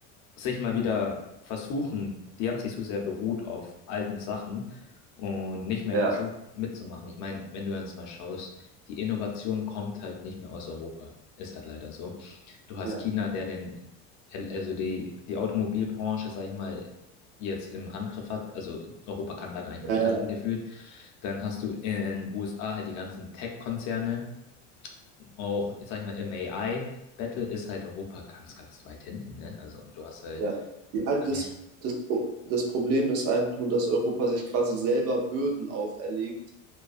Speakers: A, on the left; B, on the right.
A: sich mal wieder versuchen, die haben sich so sehr beruht auf alten Sachen und nicht mehr
B: Ja,
A: versucht mitzumachen. Ich meine, wenn du jetzt mal schaust, die Innovation kommt halt nicht mehr aus Europa. Ist halt leider so. Du hast
B: ja,
A: China, der den, also die, die Automobilbranche, sag ich mal, jetzt im Handgriff hat. Also Europa kann da gar nicht mehr
B: ja,
A: mithalten gefühlt. Dann hast du in USA halt die ganzen Tech-Konzerne, auch, jetzt sag ich mal, im AI. Battle ist halt Europa ganz, ganz weit hinten, ne? Also du hast halt
B: Ja, ja das,
A: Amer-
B: das, Pro- das Problem ist einfach nur, dass Europa sich quasi selber Bürden auferlegt,